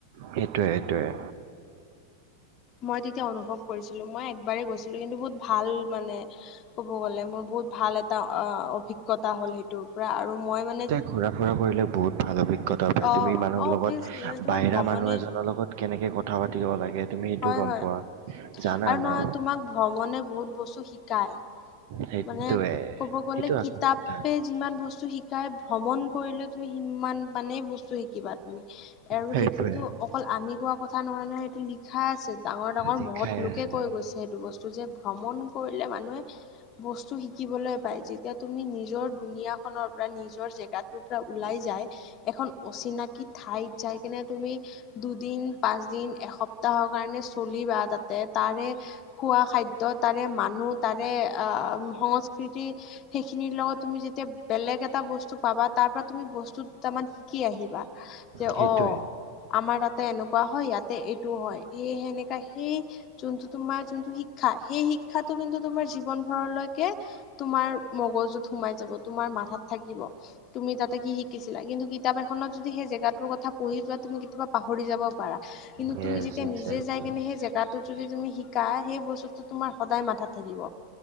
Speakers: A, on the right; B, on the left.
A: সেইটোৱে সেইটোৱে।
B: মই তেতিয়া অনুভৱ কৰিছিলো মই একবাৰেই গৈছিলো কিন্তু বহুত ভাল মানে। ক'ব গ'লে মোৰ বহুত ভাল এটা অ' অভিজ্ঞতা হ'ল সেইটোৰ পৰা আৰু মই মানে।
A: ঘুৰা ফুৰা কৰিলে বহুত ভাল অভিজ্ঞতা পায়
B: অ',
A: তুমি মানুহৰ
B: অভিয়াচলি
A: লগত
B: মানে তোমাৰ
A: বাহিৰা
B: ভ্ৰমণে
A: মানুহ এজনৰ লগত। কেনেকে কথা পাতিব লাগে তুমি সেইটো
B: হয়
A: গম
B: হয়
A: পোৱা জানা
B: আৰু
A: ন।
B: নহয় তোমাক ভ্ৰমণে বহুত বস্তু শিকায়
A: সেইটোৱে
B: মানে ক'ব গ'লে
A: সেইটো আচল
B: কিতাপে।
A: কথা
B: যিমান বস্তু শিকাই ভ্ৰমণ কৰিলে তুমি সিমান মানেই বস্তু শিকিবা তুমি। আৰু
A: সেইটোৱে
B: সেইটোতো অকল আমি কোৱা কথা নহয় নহয় সেইটো লি। লিখা আছে ডাঙৰ ডাঙৰ
A: শিক্ষাই
B: মহদ লোকে
A: আছে
B: কৈ গৈছে সেইটো বস্তু যে ভ্ৰমণ কৰিলে মানুহে। বস্তু শিকিবলৈ পায় যেতিয়া তুমি নিজৰ দুুনীয়াখনৰ পৰা নিজৰ জেগাটোৰ পৰা ওলাই যায়। এখন অচিনাকি ঠাইত যাই কিনে তুমি। দুদিন পাঁচদিন এসপ্তাহৰ কাৰণে চলিবা তাতে তাৰে। খোৱা খাদ্যয় তাৰে মানুহ তাৰে অ' সংস্কৃতি। সেইখিনিৰ লগত তুমি যেতিয়া বেলেগ এটা বস্তু পাবা তাৰ পৰা তুমি বস্তু দুটামান। কি আহিবা যে
A: সেইটোৱে
B: অ'। আমাৰ তাতে এনেকুৱা হয় ইয়াতে এইটো হয় এই সেনেকা সেই। যোনটো তোমাৰ যোনটো শিক্ষা সেই শিক্ষাটো কিন্তু তোমাৰ জীৱন। ঘৰলৈকে তোমাৰ মগজুত সোমাই যাব তোমাৰ মাথাত থাকিব। তুমি তাতে কি শিকিছিলা কিন্তু কিতাপ এখনত যদি সেই জেগাটোৰ কথা পঢ়ি যোৱা তুমি কেতিয়াবা পাহৰি যাব পাৰা। কিন্তু।
A: য়েছ
B: তুমি যেতিয়া
A: এক্সেক্টলি
B: নিজে যাই কিনে সেই জেগাটোত যদি তুমি শিকা সেই বস্তুটো তোমাৰ সদায় মাথাত থাকিব।